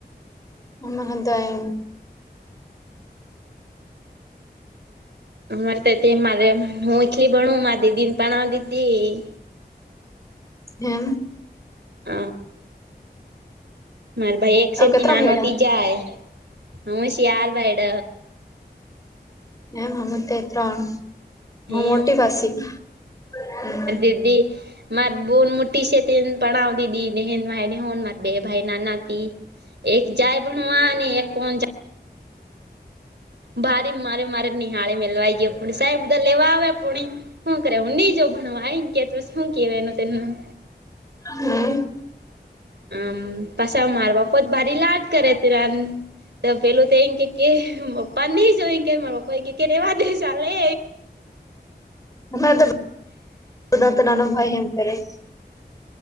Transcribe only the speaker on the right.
અરે તો તે મારે હું એટલી ભણું મા દીદી ને પણાવ દી હતીી
હ મારે ભાઈ એક
સથી
ના
નાનોતી જાય હું શિયાાર ભાઈડ
એમ
દીધી માર બોન મુટી શતીન પણ દીદી નનેહન મા નનેહોન માર બે ભાઈ ના ના તી એક જાય ભણવા અને એક કો જા ભરી મારે મારે નિહાળી મે લવાઈ ગયા પૂ સાહેબ બધા લેવા આવે પૂણી શ કરે ઊંડી જો ભણવા આ આવી ગયા તોછ શું કેવાય એનુંનું
આમ પાસા મારવા પોત ભારી લટ કરે ત રન પેલું તો એ કે પપ્પા નહી જોય કે મારા પપ્પા એ ગ કેને વા ચાલે